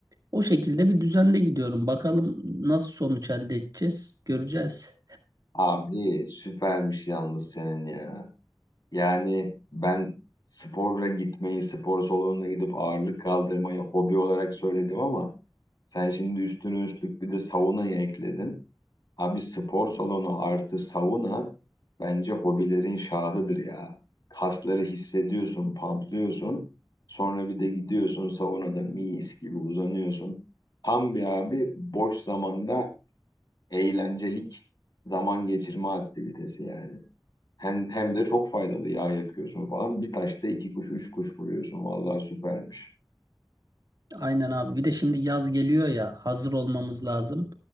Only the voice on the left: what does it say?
Abi süpermiş yalnız senin ya. Yani ben sporla gitmeyi, spor salonuna gidip ağırlık kaldırmayı hobi olarak söyledim ama sen şimdi üstüne üstlük bir de saunayı ekledin. Abi spor salonu artı sauna bence hobilerin şahıdır ya. Kasları hissediyorsun, pamplıyorsun. Sonra bir de gidiyorsun saunada mis gibi uzanıyorsun. Tam bir abi boş zamanda eğlencelik zaman geçirme aktivitesi yani. Hem, hem de çok faydalı yağ yakıyorsun falan. Bir taşta iki kuş, üç kuş vuruyorsun. Vallahi süpermiş.